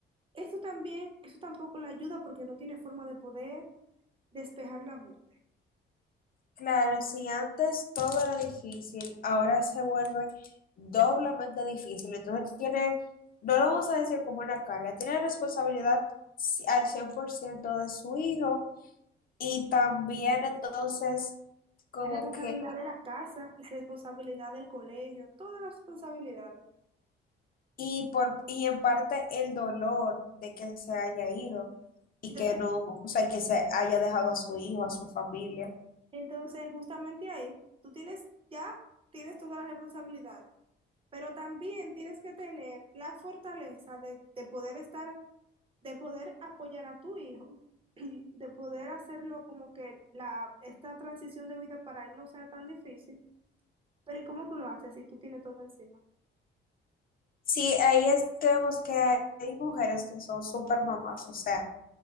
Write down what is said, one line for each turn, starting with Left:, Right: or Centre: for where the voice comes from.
Right: eso también, eso tampoco la ayuda porque no tiene forma de poder despejar la mente.
Left: Claro, si antes todo era difícil, ahora se vuelve doblemente difícil. Entonces tiene, no lo vamos a decir como una carga, tiene responsabilidad ci- al 100% de su hijo y también entonces como
Right: La responsabilidad
Left: que
Right: de la casa, la responsabilidad del colegio, todas las responsabilidades.
Left: Y, por, y en parte el dolor de que se haya ido y
Right: Entonces,
Left: que no, o sea, que se haya dejado a su hijo, a su familia.
Right: entonces justamente ahí, tú tienes, ya tienes todas las responsabilidades, pero también tienes que tener la fortaleza de, de poder estar, de poder apoyar a tu hijo, <clears throat> de poder hacerlo como que la, esta transición de vida para él no sea tan difícil. Pero ¿y cómo tú lo haces si tú tienes todo encima?
Left: Sí, ahí es que vemos que hay, hay mujeres que son súper mamás, o sea,